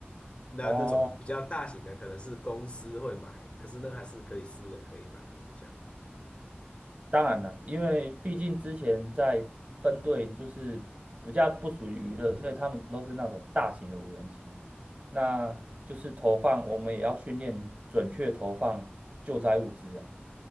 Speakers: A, on the left; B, on the right.
A: 那那种比较大型的可能是公司会买，
B: 哦，
A: 可是那还是可以私人可以买的，我想
B: 当然啦，因为毕竟之前在分队就是比较不属于娱乐，所以他们都是那种大型的无人机，那就是投放，我们也要训练准确投放救灾物资啊。